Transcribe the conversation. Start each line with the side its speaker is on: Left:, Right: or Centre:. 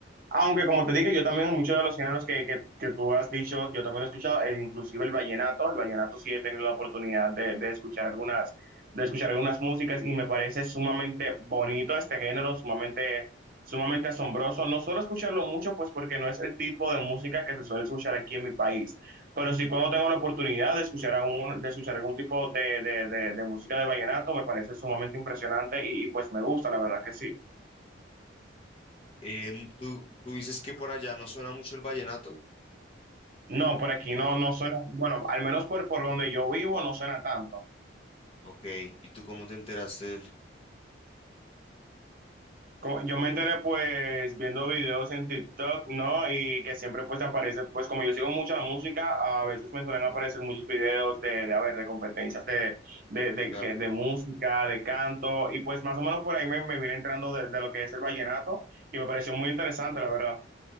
Right: aunque como te dije, yo también muchos de los géneros que, que, que tú has dicho, yo también lo he escuchado, e inclusive el vallenato, el vallenato sí he tenido la oportunidad de, de escuchar algunas, de escuchar algunas músicas y me parece sumamente bonito este género, sumamente, sumamente asombroso. No suelo escucharlo mucho, pues porque no es el tipo de música que se suele escuchar aquí en mi país, pero sí cuando tengo la oportunidad de escuchar, a un- de escuchar algún tipo de, de, de, de música de vallenato, me parece sumamente impresionante y, y pues me gusta, la verdad que sí.
Left: Em, ¿tú, tú dices que por allá no suena mucho el vallenato?
Right: No, por aquí
Left: O más
Right: no, no
Left: bien,
Right: suena, bueno, al menos por, por donde yo vivo no suena tanto.
Left: ok, ¿y tú cómo te enteraste del?
Right: Co- Yo me enteré pues viendo videos en TikTok, ¿no? Y que siempre pues aparece, pues como yo sigo mucho la música, a veces me suelen aparecer muchos videos de, de a ver, de competencias de, de, de,
Left: Claro,
Right: que- de música, de canto, y pues más o menos por ahí me, me vine entrando de, de lo que es el vallenato y me pareció muy interesante, la verdad.